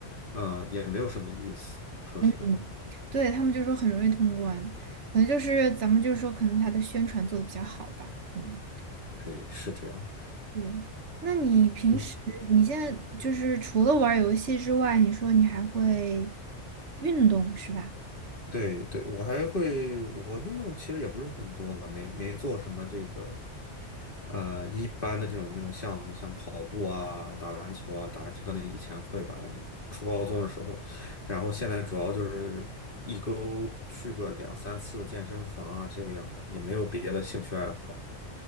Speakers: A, on the left; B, on the right.
A: 啊、也没有什么意思。说实话，
B: 嗯嗯，对，他们就说很容易通关，可能就是咱们就是说，可能它的宣传做的比较好吧。嗯，
A: 对，是这样。
B: 对。那你平时你现在就是除了玩游戏之外，
A: 嗯，
B: 你说你还会运动是吧？
A: 对对，我还会，我运动其实也不是很多了，没没做什么这个。呃，一般的这种运动项目，像跑步啊、打篮球啊，打篮球可能以前会吧，初高中的时候，然后现在主要就是一周去个两三次的健身房啊，这个样的，也没有别的兴趣爱好，